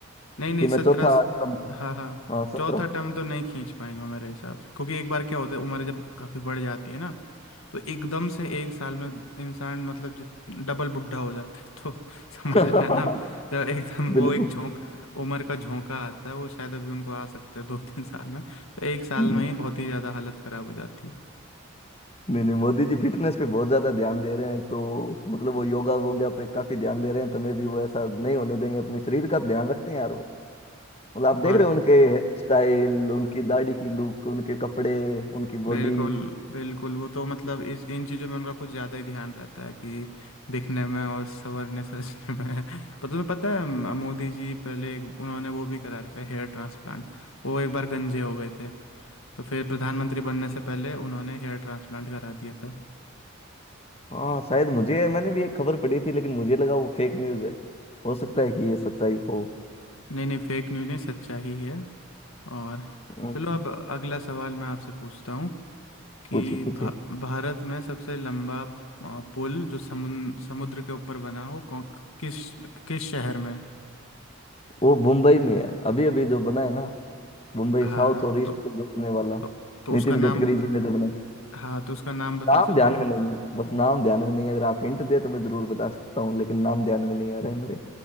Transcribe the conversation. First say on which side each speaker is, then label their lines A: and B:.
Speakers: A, on the left (about 80°); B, on the left (about 30°).
A: नहीं नहीं
B: कि मैं
A: सत्रह
B: चौथा टर्म
A: हाँ हाँ
B: हाँ सत्रह
A: चौथा टर्म तो नहीं खींच पाएंगा मेरे हिसाब से क्योंकि एक बार क्या होता है उम्र जब काफ़ी बढ़ जाती है ना तो एकदम से एक साल में इंसान मतलब जित डबल बुढ़ा हो जाता है तो <laughs> समझ
B: <laughs>
A: रहे हैं ना जब एकदम
B: बिल्कुल
A: वो एक झोंक उम्र का झोंका आता है वो शायद अभी उनको आ सकता है दो तीन साल में तो एक साल
B: हम्म,
A: में ही बहुत ही ज़्यादा हालत ख़राब हो जाती है
B: नहीं नहीं मोदी जी फिटनेस पे बहुत ज्यादा ध्यान दे रहे हैं तो मतलब वो योगा वोगा पे काफी ध्यान दे रहे हैं तो मैं भी वो ऐसा नहीं होने देंगे अपने शरीर का ध्यान रखते हैं यार वो मतलब आप
A: बात
B: देख रहे हो उनके हेयर स्टाइल उनकी दाढ़ी की लुक उनके कपड़े उनकी बॉडी
A: बिल्कुल बिल्कुल वो तो मतलब इस इन चीज़ों में उनका कुछ ज़्यादा ही ध्यान रहता है कि दिखने में और संवरने सजने में <laughs> पर तुम्हें पता है म- मोदी जी पहले एक- उन्होंने वो भी करा रखा है हेयर ट्रांसप्लांट वो एक बार गंजे हो गए थे तो फिर प्रधानमंत्री बनने से पहले उन्होंने हेयर ट्रांसप्लांट करा दिया था
B: हाँ शायद मुझे मैंने भी एक खबर पढ़ी थी लेकिन मुझे लगा वो फेक न्यूज है हो सकता है कि ये सच्चाई हो
A: नहीं नहीं फेक न्यूज़ नहीं सच्चा ही है और
B: हम्म,
A: चलो अब अगला सवाल मैं आपसे पूछता हूँ कि
B: पूछिए पूछिए
A: भा, भारत में सबसे लंबा अ, पुल जो समुद्र समुद्र के ऊपर बना हो कौन किस किस शहर में
B: वो मुंबई में है अभी अभी जो बना है ना मुंबई
A: हाँ
B: साउथ और ईस्ट
A: तो
B: को जोड़ने वाला
A: तो, तो
B: नितिन
A: उसका नाम
B: गडकरी जी ने जो बनाया
A: हाँ तो उसका नाम बता
B: नाम
A: सकते
B: ध्यान
A: हो
B: में नहीं है बस नाम ध्यान में नहीं है अगर आप हिंट दे तो मैं जरूर बता सकता हूँ लेकिन नाम ध्यान में नहीं आ रहा है मेरे